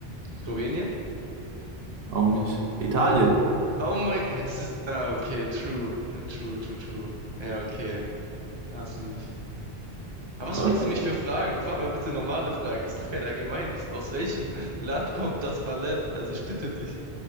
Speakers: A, on the right; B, on the right.
A: Slowenien?
B: Auch nicht. Italien.
A: Oh mein, hä, das ist, ah, okay, true, Ja, true, true, true. Ja, okay, da hast du mich. Aber was
B: Okay.
A: fragst du mich für Fragen? Frag mal bitte normale Fragen. Das ist doch kein Allgemeinwissen. Aus welchem Land kommt das Ballett? Also ich bitte dich.